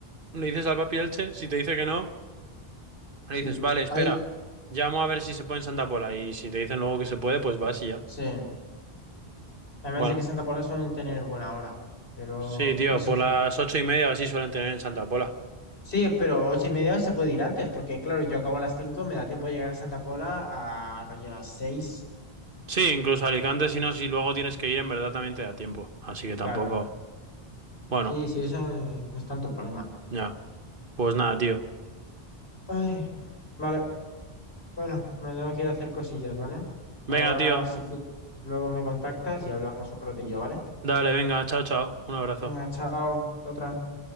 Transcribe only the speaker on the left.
Sí,
hay,
Sí. Además
de que Santa Paula suelen tener buena hora. Pero
eso.
Sí, pero ocho y media se puede ir antes, porque claro, yo acabo a las cinco, me da tiempo de llegar a Santa Paula a rollo a las seis.
Claro.
Sí, sí, eso no, no es tanto problema.
Ay, vale. Bueno, me tengo que ir a hacer cosillas, ¿vale?
Ahora
sí que luego me contactas y hablamos un ratillo, ¿vale?
Venga, chao. Hasta Otra.